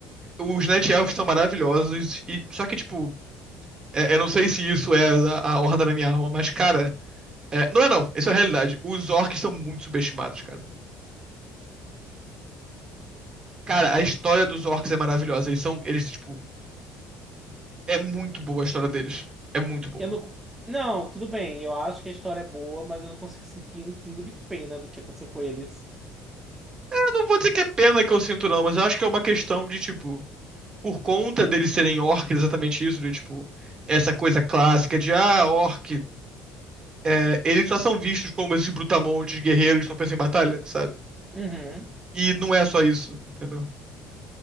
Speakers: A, on the right (about 35°); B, on the right (about 15°).
A: Os Night Elves são maravilhosos. E... Só que, tipo. é- eu não sei se isso é a, a horda da minha alma, mas, cara. é, Não é, não. Isso é a realidade. Os orcs são muito subestimados, cara. Cara, a história dos orcs é maravilhosa. Eles são. Eles, tipo. É muito boa a história deles. É muito boa.
B: Eu não. Não, tudo bem. Eu acho que a história é boa, mas eu não consigo sentir um pingo de pena do que aconteceu com eles.
A: Eu não vou dizer que é pena que eu sinto, não, mas eu acho que é uma questão de, tipo. Por conta deles serem orcs, exatamente isso, de, tipo essa coisa clássica de ah, orc é, eles só são vistos como esses brutamontes, guerreiros, só pensam em batalha, sabe?
B: Uhum.
A: E não é só isso, entendeu?